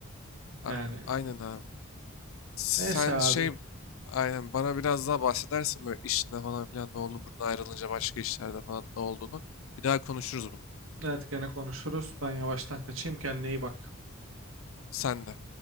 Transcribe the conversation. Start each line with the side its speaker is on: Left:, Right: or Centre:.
Left: A-
Right: Yani
Left: aynen abi. Sen
Right: neyse abi.
Left: şey aynen bana biraz daha bahsedersin böyle işinde falan filan ne oldu buradan ayrılınca başka işlerde falan ne olduğunu. Bir daha konuşuruz bunu.
Right: Evet gene konuşuruz. Ben yavaştan kaçayım kendine iyi bak.
Left: Sen de.